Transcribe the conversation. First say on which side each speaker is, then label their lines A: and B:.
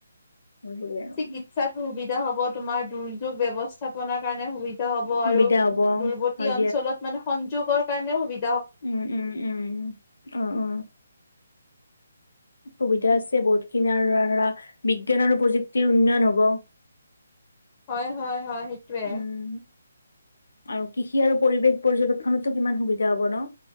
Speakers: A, on the left; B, on the left.
A: সেইবোৰে আৰু।
B: চিকিৎসা কবি তোমাৰ দুৰ্যোগ ব্যৱস্থাপনাৰ কাৰণে সুবিধা হ'ব
A: সুবিধা
B: আৰু
A: হ'ব
B: দূৰবৰ্তী
A: হয়
B: অঞ্চলত মানে সংযোগৰ কাৰণে সুবি
A: উম-উম-উম-উম, অ, উ। সুবিধা আছে বহুতখিনি আৰু ধ ধৰা বিজ্ঞান আৰু প্ৰযুক্তিৰ উন্নয়ন হ'ব।
B: হয়-হয়-হয় সেইটোৱে।
A: উম আৰু কৃষি আৰু পৰিৱেশ পৰ্যবেক্ষণতো কিমান সুবিধা হব ন।